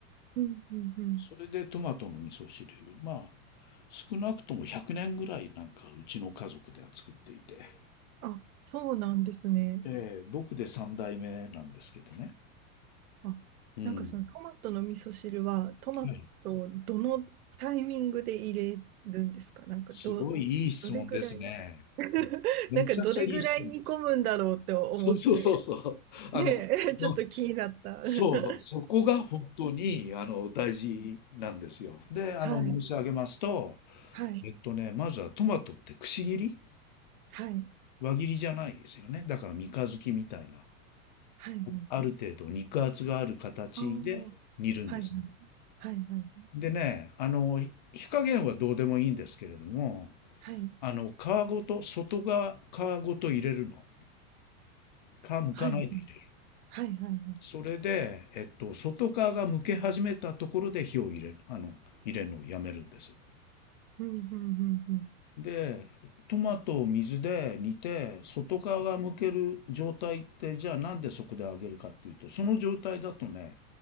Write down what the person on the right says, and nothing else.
うん、うん、うん。
あ、そうなんですね。
あ、
なんかそのトマトの味噌汁はトマトをどのタイミングで入れるんですかなんかど、
どれぐらい <laughs>
なんかどれぐらい煮込むんだろうって思って。
ねえ、
<laughs> ちょっと気になった。<laughs>
はい、
はい、
はい、
はい、はい。
ああー、はい、はい、はい、
はい、はい、
はい、はい、はい、はい。
うん、うん、うん、うん。